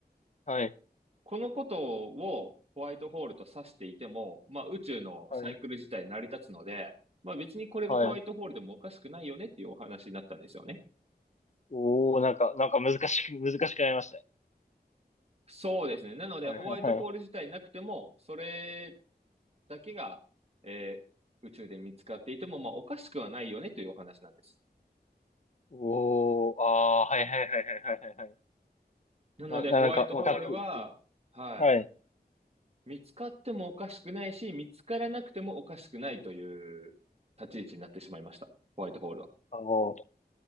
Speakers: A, on the left (about 45°); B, on the right (about 35°).
A: はい。
B: このことをホワイトホールと指していても、まあ宇宙のサイクル自体成り立つので、
A: はい、
B: まあ別にこれがホワイトホールでもおかしくないよねっていうお話になったんですよね。
A: はい。おお、なんか、なんか難しく、難しくなりましたね。
B: そうですね。なのでホワイトホール自体なくても、
A: はい、はいはい。
B: それだけが、えー宇宙で見つかっていても、まあおかしくはないよねというお話なんです。
A: おお、ああー、はいはいはいはいはいはい。
B: なのでホワイトホールは、
A: な、ななんか、わかってきてる
B: は
A: はい、
B: い、見つかってもおかしくないし、見つからなくてもおかしくないという立ち位置になってしまいました。ホワイトホールは。
A: あの、